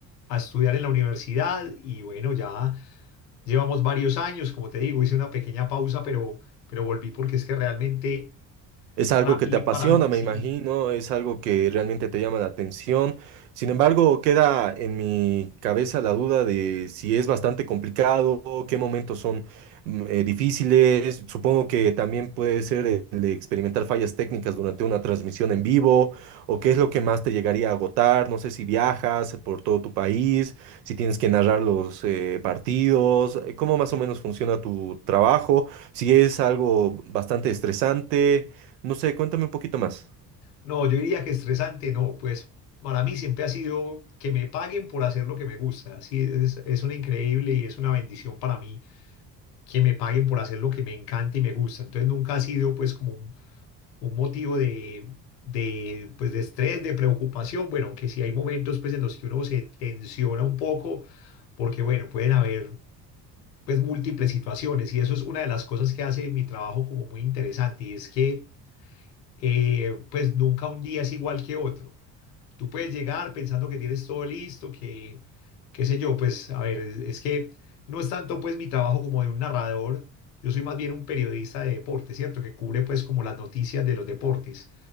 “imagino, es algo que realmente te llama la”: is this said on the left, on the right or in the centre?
Right